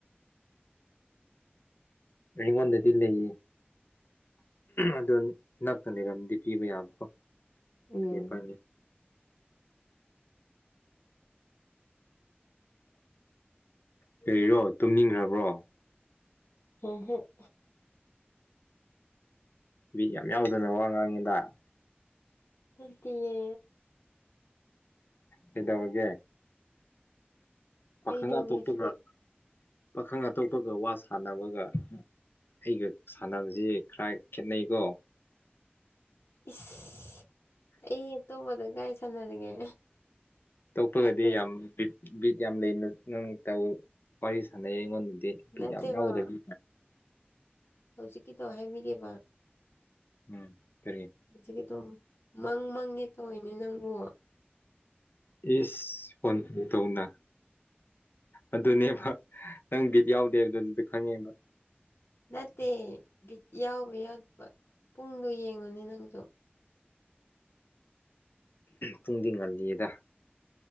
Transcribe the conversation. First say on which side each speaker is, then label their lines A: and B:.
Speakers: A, on the left; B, on the left.
A: ꯑꯩꯉꯣꯟꯗꯗꯤ ꯂꯩꯌꯦ꯫ ꯑꯗꯨꯅꯤ ꯅꯛꯇ ꯂꯩꯔꯝꯃꯗꯤ ꯄꯤꯕ ꯌꯥꯕꯀꯣ
B: ꯎꯝ
A: ꯀꯔꯤ ꯎꯄꯥꯏ ꯂꯩ꯫ ꯀꯔꯤꯔꯣ ꯇꯨꯝꯅꯤꯡꯈ꯭ꯔꯕ꯭ꯔꯣ꯫
B: ꯍꯦꯍꯦꯠ꯫
A: ꯕꯤꯠ ꯌꯥꯝ ꯌꯥꯎꯗꯅ ꯋꯥ ꯉꯥꯡꯉꯤꯗ꯫
B: ꯅꯠꯇꯤꯌꯦ꯫
A: ꯀꯩꯗꯧꯔꯒꯦ꯫ ꯄꯥꯈꯪ
B: ꯑꯩꯗꯣ
A: ꯑꯇꯣꯞꯄꯒ
B: ꯉꯁꯤ
A: ꯄꯥꯈꯪ ꯑꯇꯣꯞꯄꯒ ꯋꯥ ꯁꯥꯟꯅꯕꯒ꯫ ꯑꯩꯒ ꯁꯥꯟꯅꯕꯁꯤ ꯈꯔ ꯈꯦꯠꯅꯩꯀꯣ
B: ꯏꯁ ꯑꯩ ꯑꯇꯣꯞꯄꯗ ꯒꯥꯏ ꯁꯥꯟꯅꯔꯒꯦ꯫
A: ꯇꯣꯛꯄꯒꯗꯤ
B: ꯅꯠꯇꯦ
A: ꯌꯥꯝ ꯄꯤ꯫ ꯕꯤꯠ ꯌꯥꯝ ꯂꯩꯅ ꯅꯪ ꯇꯧ ꯋꯥꯔꯤ ꯁꯥꯟꯅꯩ ꯑꯩꯉꯣꯟꯗꯗꯤ ꯕꯤꯠ
B: ꯅꯠꯇꯦꯕ
A: ꯌꯥꯝ ꯌꯥꯎꯗꯕꯤ
B: ꯍꯧꯖꯤꯛꯀꯤꯗꯣ ꯍꯥꯏꯕꯤꯒꯦꯕ꯫
A: ꯎꯝ ꯀꯔꯤ
B: ꯍꯧꯖꯤꯛꯀꯤ ꯑꯗꯨꯝ ꯃꯪ ꯃꯪꯒꯦ ꯇꯧꯋꯦꯅꯦ ꯅꯪꯕꯨ꯫
A: ꯏꯁ꯫ ꯐꯣꯟ ꯇꯧꯅ ꯑꯗꯨꯅꯦꯕ ꯅꯪ ꯕꯤꯠ ꯌꯥꯎꯗꯦ ꯍꯥꯏꯕꯗꯨ <unintelligible>
B: ꯅꯠꯇꯦ ꯕꯤꯠ ꯌꯥꯎꯕ ꯌꯥꯎꯗꯕ ꯄꯨꯡꯗꯣ ꯌꯦꯡꯉꯨꯅꯦ ꯅꯪꯁꯨ꯫
A: ꯄꯨꯡꯗꯤ ꯉꯜꯂꯤꯗ